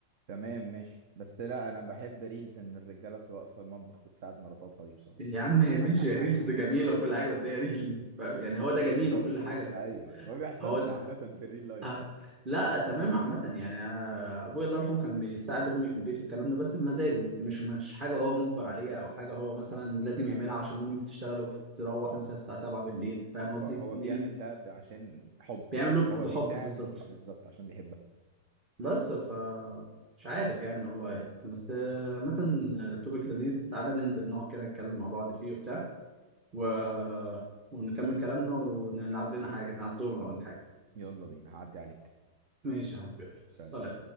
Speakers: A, on the right; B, on the right.
A: تمام ماشي بس لا انا بحب ريلز ان الرجالة بتبقى واقفة في المطبخ بتساعد مراتاتها دي بصراحة
B: يا عم ماشي
A: <laughs>
B: يا ريلز جميله وكل حاجه بس هي ريلز فاهم يعني هو ده
A: بالظبط
B: جميل وكل حاجه
A: كده ايوه ايوه ما بيحصلش
B: هو
A: عامة في الريل لايف
B: آه.
A: يعني
B: لا تمام عامة يعني أنا أبويا الله يرحمه كان بيساعد أمي في البيت والكلام ده بس بمزاجه مش مش حاجة هو مجبر عليها أو حاجة هو مثلا لازم يعملها عشان أمي بتشتغل وبتروح مثلا الساعة 7 بالليل فاهم قصدي؟
A: هو هو
B: دي
A: بيعمل
B: ال-
A: ده ب- عشان حب
B: بيعمله
A: هو
B: بحب
A: بيساعد
B: بالظبط
A: بالحب بالظبط عشان بيحبك
B: بس ف مش عارف يعني والله يعني. بس آه، عامة توبيك لذيذ تعالى ننزل نقعد كده نتكلم مع بعض فيه وبتاع و... ونكمل كلامنا ونلعب لنا حاجة نلعب دورنا ولا حاجة
A: يلا بينا هعدي عليك
B: ماشي يا حبيبي
A: سلام
B: صلاة